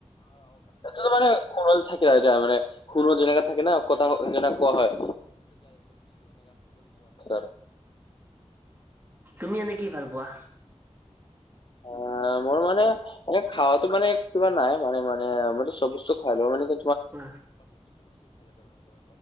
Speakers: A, on the left (about 45°); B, on the right (about 20°).
A: অ মানে খুনল থাকে মানে খুনল যেনেকা থাকে ন কথা যেনে কোৱা হয় <unintelligible>
B: তুমি এনে কি ভাল পোৱা?
A: অ মই মানে মানে খাৱাতো মানে কিবা নাই মানে মানে মই চব বস্তু খাই ল মানে কি
B: অ